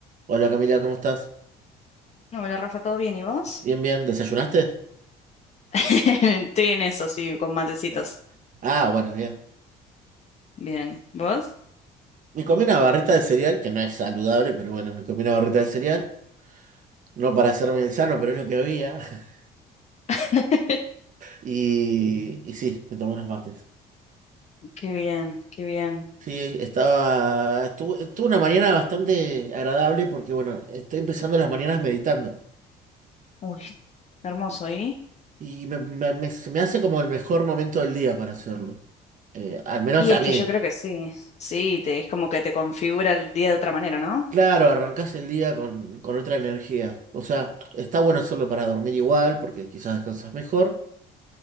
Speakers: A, on the right; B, on the left.
A: Hola Camila, ¿cómo estás?
B: Hola Rafa, ¿todo bien? ¿Y vos?
A: Bien, bien. ¿Desayunaste?
B: <laughs> Estoy en eso, sí, con matecitos.
A: Eh, Ah, bueno, bien.
B: Bien. ¿Vos?
A: Me comí una barrita de cereal, que no es saludable, pero bueno, me comí una barrita de cereal. No para hacerme el sano, pero es lo que había. <laughs>
B: <laughs>
A: Y, y sí, me tomé unos mates.
B: Qué bien, qué bien.
A: Sí, estaba... Estuve, tuve una mañana bastante agradable porque, bueno, estoy empezando las mañanas meditando.
B: Uy, hermoso, ¿y?
A: Y me, me- me- se me hace como el mejor momento del día para hacerlo. Eh, al menos
B: Y
A: a
B: es
A: mí.
B: que yo creo que sí, sí, te, es como que te configura el día de otra manera, ¿no?
A: Claro, arrancás el día con, con otra energía. O sea, está bueno hacerlo para dormir igual, porque quizás descansas mejor,